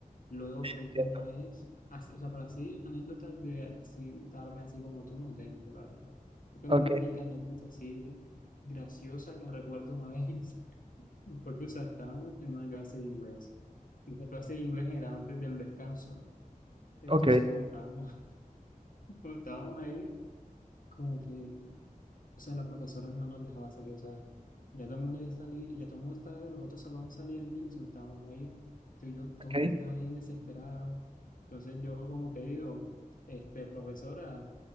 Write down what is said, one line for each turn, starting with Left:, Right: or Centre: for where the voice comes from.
Left: Luego
Right: entiendo.
Left: creo que una vez, así, o sea, pero así anécdotas de accidentarme así como tú no tengo, la verdad. Creo que
Right: Ok,
Left: mi única anécdota así graciosa que recuerdo una vez <laughs> fue que, o sea, estábamos en una clase de inglés. Esa clase de inglés era antes del descanso. Entonces
Right: ok,
Left: cuando estábamos, <laughs> cuando estábamos ahí, como que o sea, la profesora no nos dejaba salir, o sea, ya todo el mundo había salido, ya todo el mundo estaba de los otros salones saliendo y nosotros estábamos ahí, entonces yo,
Right: ok.
Left: todo el mundo estaba bien desesperado, entonces yo como que digo, este, profesora,